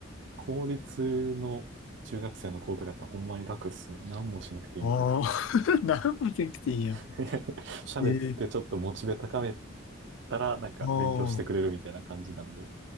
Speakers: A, on the right; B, on the left.
A: 公立の中学生の子とかってほんまに楽っすね。何もしなくていいみたいな。
B: ああ、<laughs> 何もせなくていいやん。
A: <laughs> 喋ってちょっとモチベ高め
B: ええ
A: たら、なんか勉強してくれるみたいな感じなんで、
B: あ